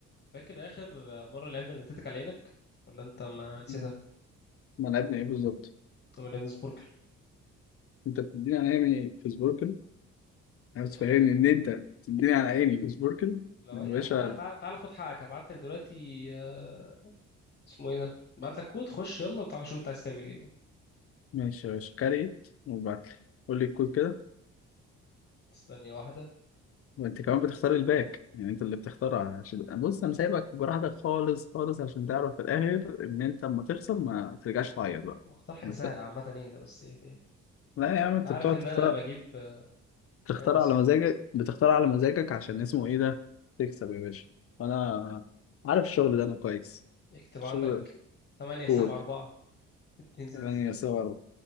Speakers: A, on the left; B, on the left.
A: فاكر اخر مره لعبنا المتتك على عينك ولا انت ما نسيتها
B: مم. ملعبنا ايه بالظبط
A: لما لعبنا سبوركل
B: انت بتديني على عيني في سبوركل عايز
A: يا
B: تفهمني
A: عم
B: ان انت تديني على عيني في سبوركل
A: لو
B: يعني
A: هي
B: يا باشا
A: تعالى تعالى تعالى خد حقك هبعت لك دلوقتي آه، اسمه ايه ده هبعت لك كود خش يلا وتعالى شوف انت عايز تعمل ايه بقى
B: ماشي يا باشا كاريت وبعت لي قول لي الكود كده
A: ثانيه واحده
B: وانت كمان بتختار الباك يعني انت اللي بتختارها عشان بص انا سايبك براحتك خالص خالص عشان تعرف في الاخر ان انت اما تخسر ما ترجعش تعيط بقى
A: واختار حاجه
B: يعني
A: سهله
B: انت-
A: عامه ايه ده بس ايه ده إيه ده.
B: لا يا عم
A: انت
B: انت
A: عارف
B: بتقعد
A: ان
B: تختار
A: انا بجيب آه،
B: تختار
A: حاجات بسيطه
B: على مزاجك بتختار على مزاجك عشان اسمه ايه ده تكسب يا باشا انا عارف الشغل ده انا كويس
A: اكتب
B: الشغل
A: عندك
B: ده.
A: 8 7
B: قول
A: 4 2 6
B: ثمانية
A: 6
B: سبعة